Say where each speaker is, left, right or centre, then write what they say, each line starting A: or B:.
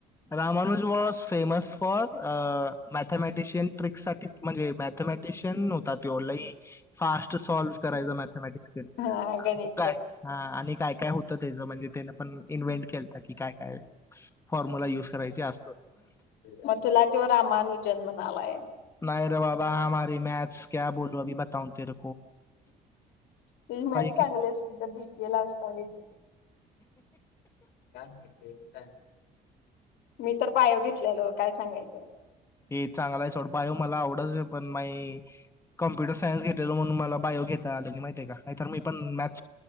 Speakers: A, on the left; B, on the left.
A: Ramanuj was famous for a mathematician trick साठी म्हणजे मॅथमॅटिशियन होता त ऑनलाई फास्ट सॉल्व करायच मॅथमॅटिक्स
B: हा गणित
A: काय आणि काय काय होतं त्याचं म्हणजे त्या पण इन्ंट के क काय काय फॉर्म्युला युज करायची असं
B: मथुला तेव रामानु जन्म झालाय
A: नाही रे बाबा हमारी मॅथस क्या बोलू अभी बताऊ तेर
B: त मॅच चांगली
A: की-
B: असती तर बी येला असस्त वैे काम घती काय मी तर पायो घेतलेलो काय सांगायचं
A: हे चांगला आहेव बायो मला आवडच पण मा कम्प्युटर सायन्स घेतलेल म्हणून मला बायो घेता आले की माहिती आहे का नाही तर मी पण मॅथ